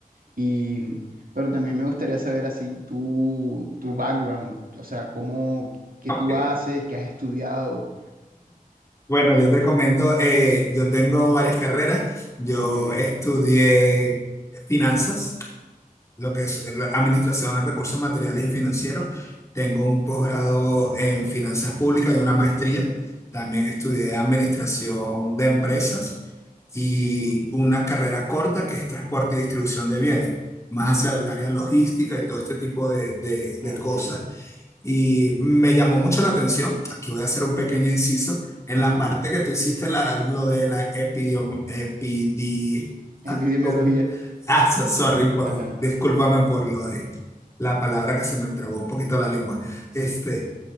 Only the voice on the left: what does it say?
Ok.
Bueno, yo te comento, eh, yo tengo varias carreras. Yo
estudié finanzas, lo que es eh, la administración de recursos materiales y financieros. Tengo un posgrado en finanzas públicas y una maestría. También estudié administración de empresas y una carrera corta que es transporte y distribución de bienes, más hacia el área logística y todo este tipo de, de de
cosas. Y me llamó mucho la atención, aquí voy a hacer un pequeño inciso, en
la parte que tú hiciste la, lo de la epidiom, epidi,
ah, ¿cómo? Ah, so- sorry, por,
discúlpame por lo de la palabra que se me trabó un poquito la lengua. Este,